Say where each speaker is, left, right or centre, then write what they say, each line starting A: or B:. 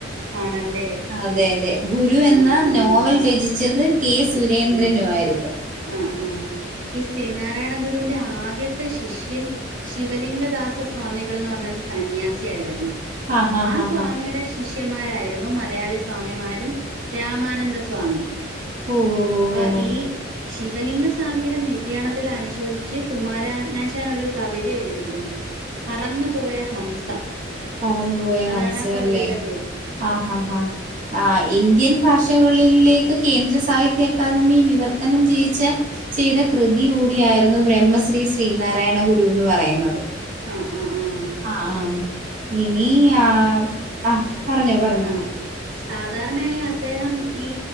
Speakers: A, on the right (about 85°); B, on the right (about 40°).
A: ആണല്ലേ
B: അതെ അതെ ഗുരു എന്ന
A: ആഹ് ആഹ്
B: നോവൽ രചിച്ചത് കെ സുരേന്ദ്രനുമയിരുന്നു
A: ഉം ആഹ് ആഹ് ഈ ശ്രീനാരായണ ഗുരുവിന്റെ ആദ്യത്തെ ശിഷ്യൻ ശിവലിംഗദാസ സ്വാമികൾന്ന് പറഞ്ഞരു സന്യാസി ആായിരുന്നു
B: ആ ഹാ
A: ആഹ്
B: ഹാ
A: സ്വാമിയുടെ
B: ഹാ
A: ശിഷ്യന്മാരായിരുന്നു മലയാളി സ്വാമിമാരും രാമാനന്ദ സ്വാമി
B: ഓ ഓ
A: അപ്പ
B: ഓ ഓ
A: ഈ ശിവലിംഗസ്വാമിയുടെ നിര്യാണത്തിൽ അനുശോചിച്ച് കുമാരാനാശൻ ഒരു കവിത എഴുതിയിരുന്നു പറന്നു പോയ ഹംസം
B: പറന്നു പോയ
A: അതാണ്
B: ഹംസല്ലേ
A: ആ കവിതയുടെ പേര്
B: ആഹാ ആഹാ ആഹാ ആ ഇന്ത്യൻ ഭാഷകളിലേക്ക് കേന്ദ്ര സാഹിത്യ അക്കാദമി വിവർത്തനം ചെയ്യിച്ച ചെയ്ത കൃതി കൂടിയായിരുന്നു ബ്രഹ്മശ്രീ ശ്രീനാരായണ ഗുരു എന്ന് പറയുന്നത്
A: അ അ ആഹ്
B: ആ ആഹ് ഇനി ആ ആ പറഞ്ഞോ പറഞ്ഞോ
A: അ സാധാരണയായി അദ്ദേഹം ഈ